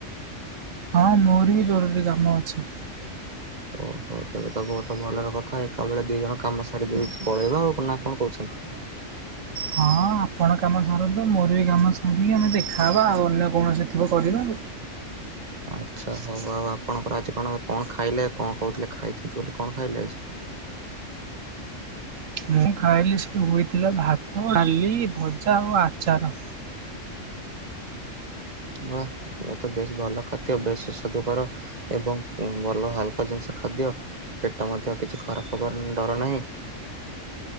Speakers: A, on the right; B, on the right.
A: ହଁ ମୋର ବି ଜରୁରୀ କାମ ଅଛି।
B: ଆଚଛା <inaudible> ଓହୋ ତେବେ ତ ବହୁତ୍ ଭଲର କଥା ଏକା ବେଳେ ଦି ଜଣ କାମ ସାରି ଦେଇ ପଳେଇବା। ଆଉ ନା କଣ କହୁଚନ୍ତି?
A: ହଁ ଆପଣ କାମ ସାରନ୍ତୁ। ମୋର ବି କାମ ସରିକି ଆମେ ଦେଖାହେବା ଆଉ ଅନ୍ୟ କୌଣସି ଥିବ କରିବା ଆଉ।
B: ଆଚ୍ଛା ହଉ ଆଉ ଆପଣଙ୍କର ଆଜି କଣ କଣ ଖାଇଲେ କଣ କହୁଥିଲେ ଖାଇଛନ୍ତି ବୋଲି କଣ ଖାଇଲେ ଆଜି?
A: ମୁଁ ଖାଇଲି ସେଠୁ ହୋଇଥିଲା ଭାତ ଡାଲି ଭଜା ଆଉ ଆଚାର।
B: ବାଃ ଇଏ ତ ବେଶ୍ ଭଲ ଖାଦ୍ୟ। ବେଶ ସ୍ବାଦୁ କର। ଏବଂ ଭଲ ହାଲକା ଜିନିଷ ଖାଦ୍ୟ। ପେଟ ମଧ୍ୟ କିଛି ଖରାପ୍ ହବାର ଡର ନାହିଁ।